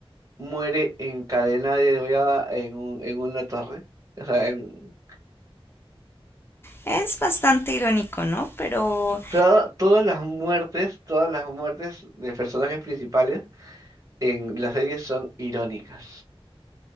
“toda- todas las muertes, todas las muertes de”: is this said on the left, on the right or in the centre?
Right